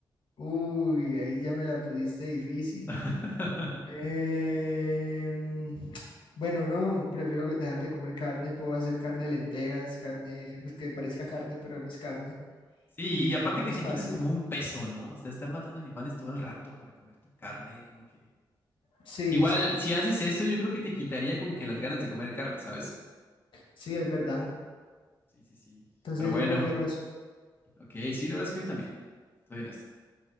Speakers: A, on the left; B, on the left.
A: uy, ahí ya me la pusiste difícil.
B: <laughs>
A: Em, bueno, no, prefiero que- dejar de comer carne. Puedo hacer carne de lentejas, carne, pues que parezca carne, pero no es carne.
B: Sí,
A: Y ya
B: y aparte
A: más
B: que te
A: fácil.
B: quitas como un peso, ¿no? O sea, estar matando animales todo el rato para comer tu carne, como que...
A: Sí,
B: Igual,
A: sí,
B: si haces eso, yo creo que te quitaría como que las ganas de comer carne, ¿sabes?
A: sí, es verdad.
B: Sí, sí, sí.
A: Entonces
B: Pero bueno,
A: yo prefiero eso.
B: ok, sí, la verdad es que yo también. Estoy en esto.